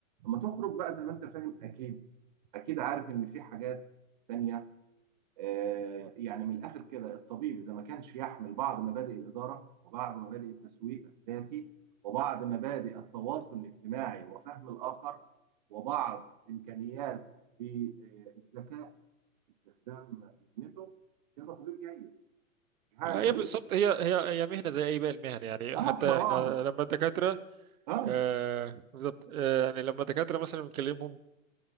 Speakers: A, on the right; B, on the right.
A: لما تخرج بقى زي ما انت فاهم اكيد اكيد عارف ان في حاجات تانية آه يعني من الاخر كده الطبيب اذا ما كانش يحمل بعض مبادئ الاداره وبعض مبادئ التسويق الذاتي وبعض مبادئ التواصل الاجتماعي وفهم الاخر وبعض امكانيات في آه، الذكاء استخدام اذنته كده تطوير جيد مش حاجه
B: هي
A: كده
B: بالظبط هي هي هي مهنه زي اي باقي المهن يعني
A: اه
B: حتى احنا
A: واحده
B: لما الدكاتره
A: اه
B: آه، بالظبط آه، يعني لما الدكاتره مثلا بنكلمهم